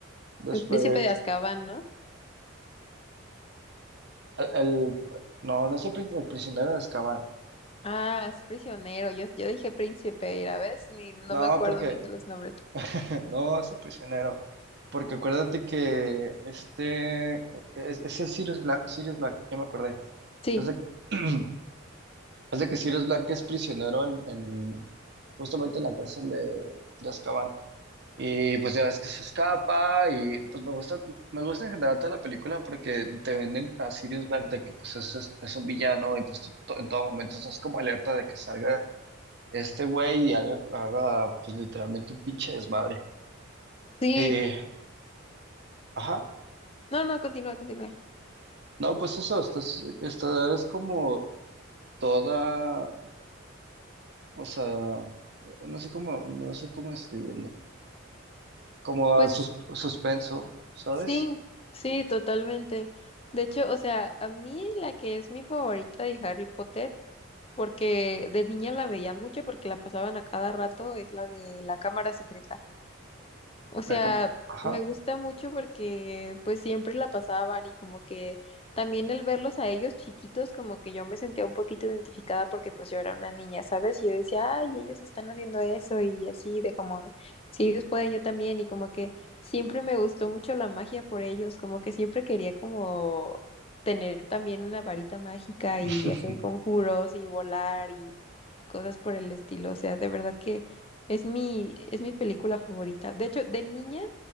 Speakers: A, on the right; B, on the left.
A: Después,
B: El príncipe de Azkaban, ¿no?
A: el, el- no, no es el, prin- el prisionero de Azkaban.
B: Ah, es prisionero. Yo, yo dije príncipe, y la ves, ni no
A: No,
B: me acuerdo
A: porque
B: bien de los nombres.
A: <laughs> No, ese prisionero. Porque acuérdate que este, es- ese es Sirius Black, Sirius Black, ya me acordé.
B: Sí,
A: Es de que, <clears throat> es de que Sirius Black es prisionero en, en- justamente en la cárcel de, de Azkaban. Y pues ya ves que se escapa y pues me gusta, me gusta en general toda la película porque te venden a Sirius Black de que pues es, es, es un villano y pues tú to- en todo momento estás como alerta de que salga este güey y haga, haga, pues literalmente un pinche desmadre.
B: sí.
A: Eh, ajá.
B: No, no, continúa, continúa.
A: No, pues eso, esta es, esta es como toda, o sea, no sé cómo, no sé cómo escribirlo, como a
B: Pues
A: sus- suspenso, ¿sabes?
B: sí, sí, totalmente. De hecho, o sea, a mí la que es mi favorita de Harry Potter, porque de niña la veía mucho porque la pasaban a cada rato, es la de la cámara secreta. O
A: O
B: sea,
A: sea, como- ajá,
B: me gusta mucho porque pues siempre la pasaban y como que también el verlos a ellos chiquitos, como que yo me sentía un poquito identificada porque pues yo era una niña, ¿sabes? Yo decía, ay, ellos están haciendo eso y así, de como, si ellos pueden, yo también y como que siempre me gustó mucho la magia por ellos, como que siempre quería como tener también una varita mágica
A: <laughs>
B: y hacer conjuros y volar y cosas por el estilo, o sea, de verdad que... Es mi, es mi película favorita. De hecho, de niña